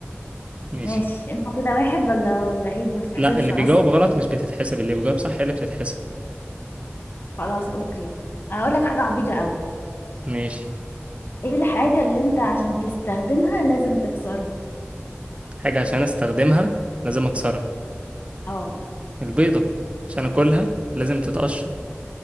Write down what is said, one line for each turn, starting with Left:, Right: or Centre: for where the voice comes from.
Right: ماشي
Left: ماشي انت كده واحد ولا ولا ايه ما تتحسبش
Right: لا اللي
Left: اصلا
Right: بيجاوب غلط مش بتتحسب اللي بيجاوب صح هي اللي بتتحسب
Left: خلاص اوكي اقول لك حاجة عبيطة قوي
Right: ماشي
Left: ايه الحاجة اللي انت عشان تستخدمها لازم تكسرها
Right: حاجة عشان استخدمها لازم اكسرها
Left: اه
Right: البيضة عشان اكلها لازم تتقشر